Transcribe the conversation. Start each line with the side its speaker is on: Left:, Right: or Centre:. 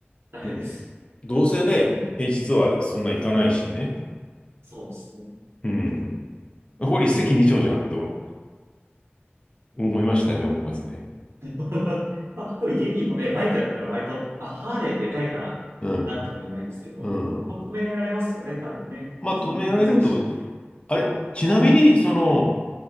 Right: 大変です。
Left: うん。どうせね、
Right: うん。
Left: 平日はそんな行かないしね。
Right: そうですね。
Left: うん。これ一石二鳥じゃんと思いましたね、思わずね。
Right: <laughs> まあ、でも EME もね、バイクだったら割と、まあ、ハーレーでかいから、
Left: うん。
Right: なんとも言えないですけど、
Left: うん。
Right: もう止められますよね、多分ね。
Left: まあ、
Right: そんなに難しくない
Left: 止められると思う。あれ、ちなみに、その、